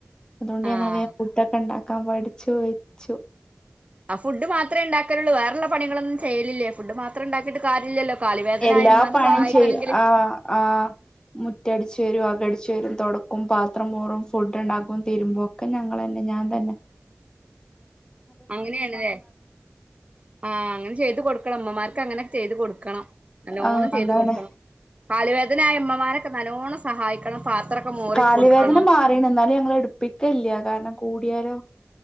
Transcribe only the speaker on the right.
ആഹ്
ആ ഫുഡ് മാത്ര ഉണ്ടാക്കാനുള്ളൂ വേറുള്ള പണികളൊന്നും ചെയ്യലില്ലേ ഫുഡ് മാത്രേ ഉണ്ടാക്കിട്ട് കാര്യല്ലല്ലോ കാലുവേദനായ
ഇമ്മാനെ
സഹായിക്കണെങ്കില്
അങ്ങനെയണല്ലേ ആ അങ്ങനെ ചെയ്ത് കൊടുക്കണം അമ്മമാർക്ക് അങ്ങനെ പ ചെയ്ത് കൊടുക്കണം നല്ലോണം
ചെയ്ത്
കൊടുക്കണം കാലുവേദനയമ്മമാരൊക്കെ നല്ലോണം സഹായിക്കണം പാത്രൊക്കെ മോറി
കൊടുക്കണം